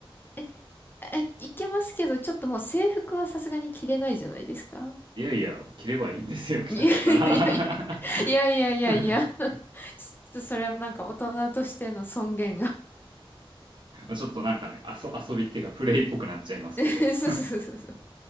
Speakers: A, on the left (about 20°); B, on the right (about 55°).
A: え、あいけますけど、ちょっともう制服はさすがに着れないじゃないですか。
B: いやいや、着ればいいんですよ、<laughs> 着たかったら。
A: <laughs> いやいやいや、
B: <laughs>
A: いやいやいやいや、<laughs> ちょっとそれはなんか大人としての尊厳が。
B: ちょっとなんかね、遊遊びっていうか、プレイっぽくなっちゃいますけど。
A: <laughs> そうそうそうそう。